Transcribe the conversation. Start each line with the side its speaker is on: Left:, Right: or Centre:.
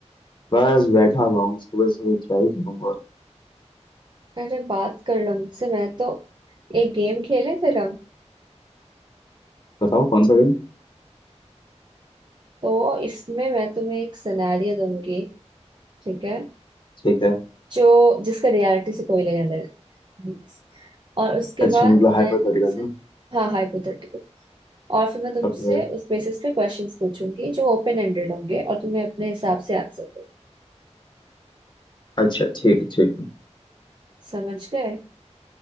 Left: बस बैठा हुआ हूँ सुबह सुबह क्या ही करूँगा
Right: अरे बात कर लो मुझसे मैं तो एक गेम खेले फिर हम
Left: बताओ कौन सा
Right: तो इसमें मैं तुम्हें एक सिनेरियो दूंगी ठीक है
Left: ठीक है
Right: जो जिसका रियलिटी से कोई लेना देना नहीं है। और उसके
Left: अच्छा
Right: बाद
Left: मतलब
Right: मैं
Left: हाइपोथेटिकल
Right: तुमसे
Left: ना
Right: हाँ हाइपोथेटिकल और फिर मैं तुमसे
Left: ओके
Right: उस बेसिस पे क्वेश्चंस पूछूंगी जो ओपन एंडेड होंगे और तुम्हें अपने हिसाब से आंसर करना है।
Left: अच्छा ठीक है ठीक है
Right: समझ गए